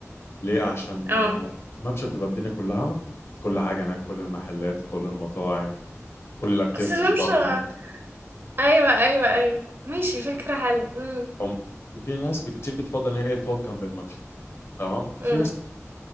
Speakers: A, on the left (about 55°); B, on the right (about 45°).
A: ليه عشان
B: اه
A: آه، الممشى بتبقى الدنيا كلها كل حاجه هناك كل المحلات كل المطاعم كل الاكتيفيتيز
B: بس مش
A: برضه
B: آه. ايوه ايوه ايوه ماشي فكرة حلوة امم
A: هم في ناس كتير بتفضل ان هي إيه تقعد جنب الممشى تمام وفي
B: امم
A: ناس